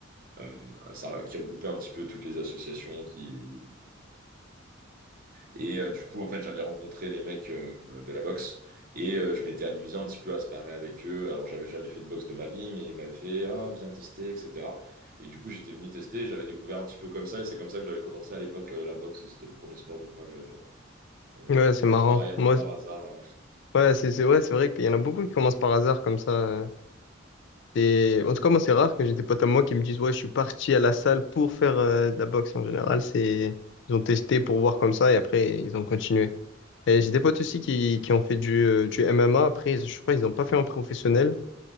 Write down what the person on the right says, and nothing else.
euh, ça qui regroupait un petit peu toutes les associations qui et euh, du coup en fait j'avais rencontré les mecs euh, de la boxe et euh, je m'étais amusé un petit peu à se parer avec eux. Alors j'avais jamais fait de boxe de ma vie, mais ils m'avaient fait ah viens tester etc. Et du coup j'étais venu tester, j'avais découvert un petit peu comme ça et c'est comme ça que j'avais commencé à l'époque euh, la boxe. C'était le premier sport de combat que j'avais fait. Euh,
ouais,
pareil, un
peu par hasard. hein.